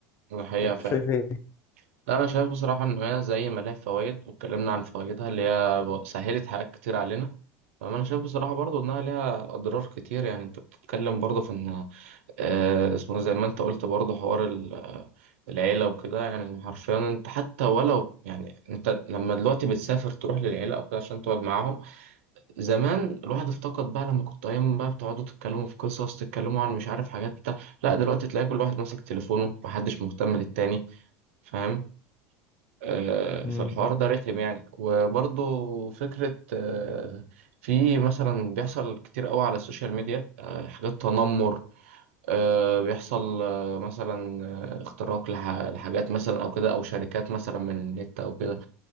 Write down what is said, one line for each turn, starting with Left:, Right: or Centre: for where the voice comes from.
Right: ده حقيقة
Left: انت
Right: فعلا
Left: شايف ايه؟
Right: لا انا شايف بصراحه ان هي زي ما لها فوائد واتكلمنا عن فوائدها اللي هي ب- سهلت حاجات كتير علينا فانا شايف بصراحه برضو انها ليها اضرار كتير يعني انت بتتكلم برضو في ان آه، اسمه زي ما انت قلت برضو حوار ال- آه، العيله وكده يعني حرفيا انت حتى ولو يعني انت لما دلوقتي بتسافر تروح للعيله او كده عشان تقعد معاهم زمان الواحد افتقد بقى لما كنت ايام بقى بتقعدوا تتكلموا في قصص تتكلموا عن مش عارف حاجات بتاع لا دلوقتي تلاقي كل واحد ماسك تليفونه محدش مهتم للتاني فاهم آه،
Left: مم.
Right: فالحوار ده رخم يعني وبرضه فكرة آه، في مثلا بيحصل كتير قوي على السوشيال ميديا آه، حاجات تنمر آه، بيحصل آه، مثلا آه، اختراق لح- لحاجات مثلا او كده او شركات مثلا من النت او كده